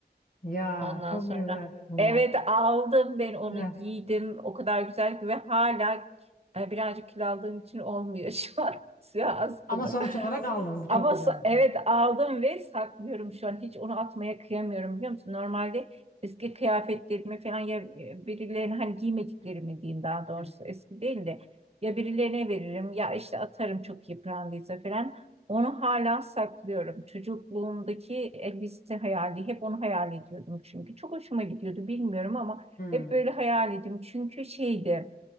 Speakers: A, on the left; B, on the right.
A: Ya
B: Ondan
A: çok
B: sonra
A: güzel bulma.
B: evet aldım ben onu
A: Evet.
B: giydim. O kadar güzel ki ve hala e, birazcık kilo aldığım için olmuyor <laughs> şu an siyah askılı.
A: Ama sonuç olarak aldın. Bu
B: Ama
A: çok güzel
B: sa-
A: bir şey.
B: evet aldım ve saklıyorum şu an. Hiç onu atmaya kıyamıyorum biliyor musun? Normalde eski kıyafetlerimi falan ya e, birilerine hani giymediklerimi diyeyim daha doğrusu
A: Hı.
B: eski değil de ya birilerine veririm ya işte atarım çok yıprandıysa falan. Onu hala saklıyorum. Çocukluğumdaki elbise hayali hep onu hayal ediyordum çünkü. Çok hoşuma gidiyordu bilmiyorum ama
A: Hmm.
B: hep böyle hayal ediyordum. Çünkü şeydi.